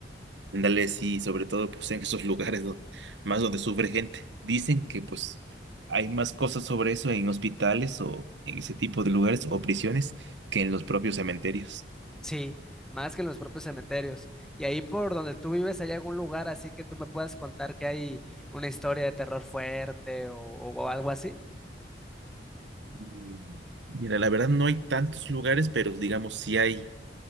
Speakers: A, on the right (about 80°); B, in the centre.
A: Ándale, sí, sobre todo pues en esos lugares ¿no? más donde sufre gente. Dicen que pues hay más cosas sobre eso en hospitales o en ese tipo de lugares o prisiones que en los propios cementerios.
B: Sí, más que en los propios cementerios. Y ahí por donde tú vives, ¿hay algún lugar así que tú me puedas contar que hay una historia de terror fuerte o, o algo así?
A: Mm, Mira, la verdad no hay tantos lugares, pero digamos sí hay